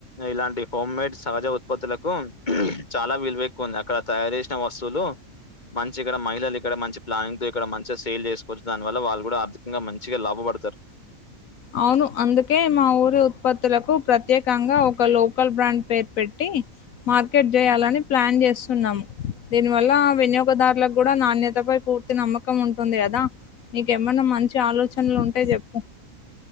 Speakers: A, on the left; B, on the left.
A: ఇలాంటి హోమ్ మేడ్ సహజ ఉత్పత్తులకు చాలా విలువ ఎక్కువ ఉంది అక్కడ తయారు చేసిన వస్తువులు మంచి ఇక్కడ మహిళలు ఇక్కడ మంచి ప్లానింగ్ తో ఇక్కడ మంచిగా సేల్ చేసుకు వచ్చు దాని వల్ల వాళ్ళు కూడా ఆర్థికంగా మంచిగా లాభపడతారు
B: అవును అందుకే మా ఊరి ఉత్పత్తులకు ప్రత్యేకంగా ఒక లోకల్ బ్రాండ్ పేరు పెట్టి మార్కెట్ చేయాలని ప్లాన్ చేస్తున్నాము దీని వల్ల వినియోగదారులకు కూడా నాణ్యతపై పూర్తి నమ్మకం ఉంటుంది కదా నీకేమన్నా మంచి ఆలోచనలు ఉంటే చెప్పు